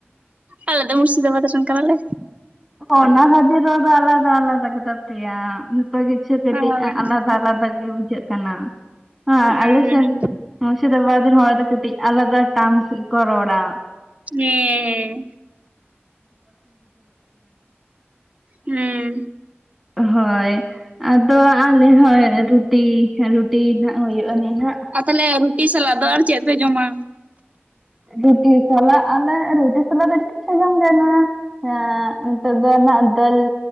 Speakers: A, on the right; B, on the right.
A: ᱟᱞᱮ ᱫᱚ ᱢᱩᱨᱥᱤᱫᱟᱵᱟᱫᱽ ᱨᱮᱱ ᱠᱟᱱᱟ ᱞᱮ᱾
B: ᱚᱱᱟ ᱠᱷᱟᱛᱤᱨ ᱨᱚᱲ ᱫᱚ ᱟᱞᱟᱫᱟ ᱟᱞᱟᱫᱟ ᱜᱮᱛᱟ ᱯᱮᱭᱟ᱾ ᱛᱚ ᱜᱮᱪᱷᱮ ᱠᱟᱹᱴᱤᱡ
A: ᱦᱳᱭ
B: ᱮ ᱟᱞᱟᱫᱟ ᱟᱞᱟᱫᱟ ᱜᱮ ᱵᱩᱡᱷᱟᱹᱜ ᱠᱟᱱᱟ᱾ ᱟ
A: ᱦᱮᱸ
B: ᱟᱞᱮ ᱥᱮᱱ ᱢᱩᱨᱥᱤᱫᱟᱵᱟᱫᱽ ᱨᱮ ᱦᱚᱲ ᱫᱚ ᱠᱟᱹᱴᱤᱡ ᱟᱞᱟᱫᱟ ᱴᱟᱱ ᱜᱮᱠᱚ ᱨᱚᱲᱟ᱾
A: ᱦᱮᱸᱻ
B: <inaudible>
A: ᱦᱮᱸ
B: ᱦᱳᱭ ᱟᱫᱚ ᱟᱞᱮ ᱦᱚᱭ ᱨᱩᱴᱤ ᱨᱩᱴᱤ ᱴᱤ ᱱᱟᱦᱟᱜ ᱦᱩᱭᱩᱜ-ᱟ ᱱᱤᱦᱟᱜ᱾
A: ᱛᱟᱦᱚᱞᱮ ᱨᱩᱴᱤ ᱥᱟᱞᱟᱜ ᱫᱚ ᱟᱨ ᱪᱮᱜ ᱯᱮ ᱡᱚᱢᱟ?
B: ᱨᱩᱴᱤ ᱥᱟᱞᱟᱜ ᱟᱞᱮ ᱨᱩᱴᱤ ᱥᱟᱞᱟᱜ ᱫᱚ ᱟᱸᱰᱤ ᱠᱤᱪᱷᱩ ᱡᱚᱢ ᱜᱟ᱾ ᱱᱚᱣᱟ ᱦᱮ ᱦᱟᱜ ᱱᱤᱛᱚᱜ ᱫᱚ ᱱᱟᱜ ᱫᱟᱹᱞ